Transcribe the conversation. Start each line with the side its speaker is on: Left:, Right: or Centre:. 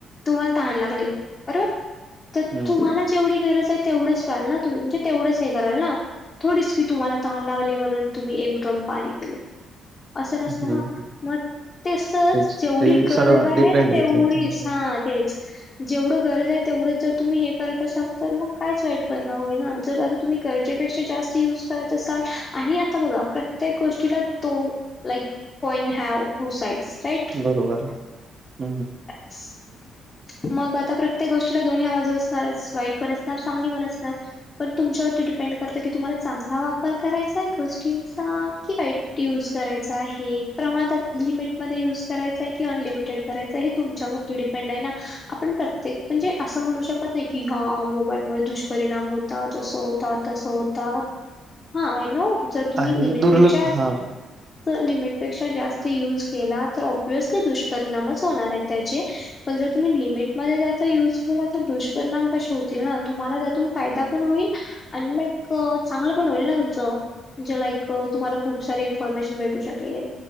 Left: तुम्हाला तहान लागले बरोबर तर
Right: हं,
Left: तुम्हाला जेवढी गरज आहे तेवढंच पहिल ना तुम् म्हणजे तेवढंच हे कराल ना थोडीच क तुम्हाला तहाण लागले म्हणून तुम्ही एक ड्रम पाणी दिले असं नसतं
Right: हं,
Left: ना
Right: हं.
Left: मग तसच
Right: तेच
Left: जेवढी
Right: ते
Left: गरज
Right: सर्व
Left: आहे
Right: डिपेंड
Left: तेवढीच
Right: येते त्यांच्यावर
Left: हा तेच जेवढं गरज आहे तेवढंच जर तुम्ही हे करत असाल तर मग कायच वाईट परिणाम होईल ना जर आता तुम्ही गरजेपेक्षा जास्त युज करत असा आणि आता बघा प्रत्येक गोष्टीला दोन like कइन have two sides right
Right: बरोबर हम् ह
Left: ह मग आता प्रत्येक गोष्टीला दोन्ही आवाज असणारच वाईट पण असणार चांगली पण असणार पण तुमच्यावरती डिपेंड करत की तुम्हाला चांगला वापर करायचा आहे गोष्टींचा कि वाईट युज करायचा आहे प्रमादात लिमिट मध्ये युज करायचाय की अनलिमिटेड करायचय हे तुमच्यावरती आप प्रत्येक म्हणजे अस म्हण शकत नाही की ह मोबाईल दुष्परिणाम हो होतात तस होतात हाय नो ज तुम्ही
Right: आहे
Left: लिमिटपेक्षा
Right: दुर्लक्ष हां,
Left: लिमिटपेक्षा जास्त युज केला तर ऑब्वियसली दुष्परिणामच होणार आहेत त्याचे पणर त लिमि त्या य के दुष्पिणाम क होतील ना तुम्हाला त्यातून फायदा पण होईल आणि लाईक चांगलं पण होईल ना तुमचं म्हणजे लाईक तुम्हाला खूप सारी इनफॉर्मेशन भेटू शकेल